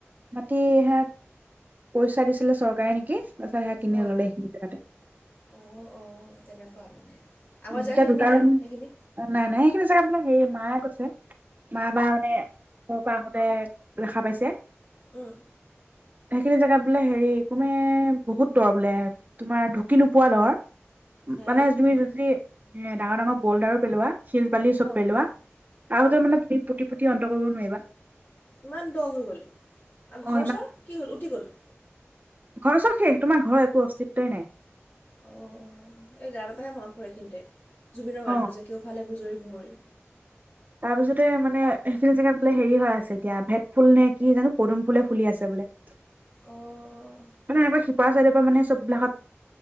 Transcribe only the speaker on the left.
অঁ
অঁ', - অঁ', - তেনেকুৱা মানে। আগৰ
জেগাখিনি
নাই
আৰু সেইখিনি
উম।
হে
অঁ
অঁ
ইমান দ' হৈ গ'ল, আৰু
ঘৰ-চৰ কি হ'ল উটি গ'ল?
অঁ', -অঁহ', এই গান এটাহে মনত পৰে এইখিনিতে, জুবিনৰ গানটো
যে কেওফালে গুজৰি গুমৰি।
উমঁ।